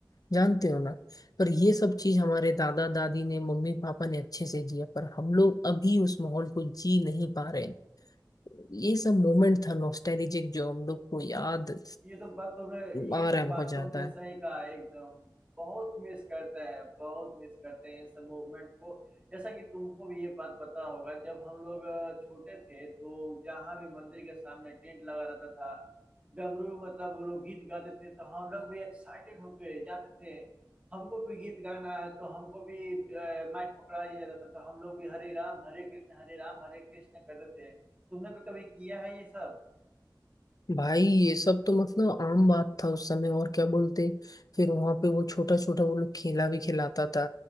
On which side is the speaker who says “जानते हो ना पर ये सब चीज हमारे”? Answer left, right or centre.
Left